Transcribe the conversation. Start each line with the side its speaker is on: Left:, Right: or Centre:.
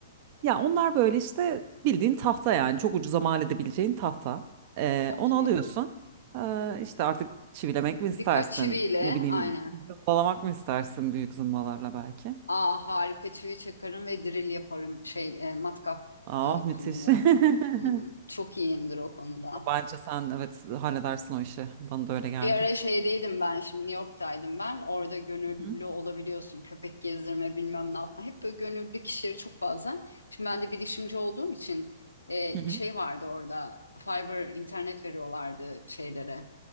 Right: ya onlar böyle işte bildiğin tahta yani çok ucuza mal edebileceğin tahta. Ee,
Left: Okey.
Right: onu alıyorsun. Ee, işte artık çivilemek mi istersin?
Left: Birkaç çiviyle
Right: Ne bileyim
Left: aynen.
Right: zımbalamak mı istersin büyük zımbalarla belki?
Left: Aa harika çivi çakarım ve drill yaparım. Şey e, matkap
Right: Ah
Left: e, kullanırım.
Right: müthiş. <laughs>
Left: Hmm, çok iyiyimdir o konuda.
Right: Bence sen evet halledersin o işi. Bana da öyle geldi.
Left: Bir ara şeydeydim ben şimdi New York'taydım ben. Orada gönüllü
Right: Hı hı.
Left: olabiliyorsun. Köpek gezdirme bilmem ne yapma. Hep böyle gönüllü kişileri çok fazla. Şimdi ben de bilişimci olduğum için e,
Right: Hı hı.
Left: şey vardı orada. Fiber internet veriyorlardı şeylere